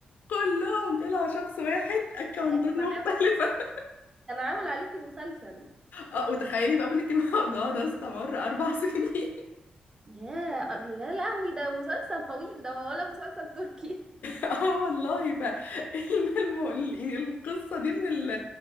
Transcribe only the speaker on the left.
كلهم طلعوا شخص واحد اكونتات
مختلفة
اه وتخيلي بقى بقولك الموضوع <laughs> ده استمر اربع سنين <laughs>
اه والله ف الم- الم- يعني القصة دي من ال-